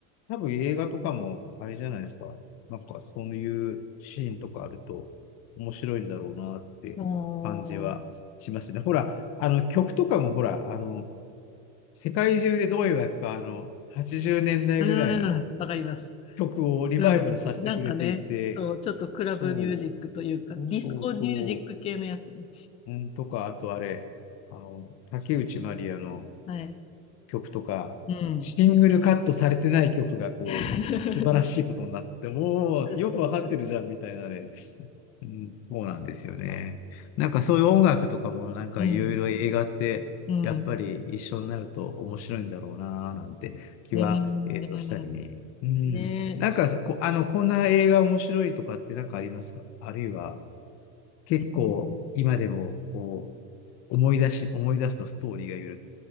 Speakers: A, on the left; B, on the left.
A: 多分映画とかもあれじゃないですか。なんかそういうシーンとかあると面白いんだろうなって感じはしますね。
B: おー、
A: ほら、あの曲とかもほら、あの、世界中でどういうわけか、あの、80年代ぐらいの
B: うん、わかります。
A: 曲をリバイバルさせてくれていて、
B: うん。なんかね、そう、ちょっとクラブミュージックというかね、
A: そう、そうそ
B: ディスコミュージック系のやつね。
A: う、うん、とか、あとあれ、あの、竹内まりやの、
B: はい。
A: 曲とか、
B: うん。
A: シングルカットされてない曲がこう、
B: <laughs>
A: 素晴らしいことになって、おー、
B: 確かに、
A: よくわかってるじゃん、
B: 確か
A: みたいなね。うん、そうなんですよね。なんかそういう音楽とかもなんかいろいろ映画ってやっぱり一緒になると面白いんだろうなーなんて気は、
B: に。うん、うん、うん。
A: えっと、したりね。うん。
B: ねえ。
A: なんかこ、あの、こんな映画面白いとかってなんかありますかあるいは結構今でもこ
B: うん
A: う思い出し、思い出すとストーリーがいる。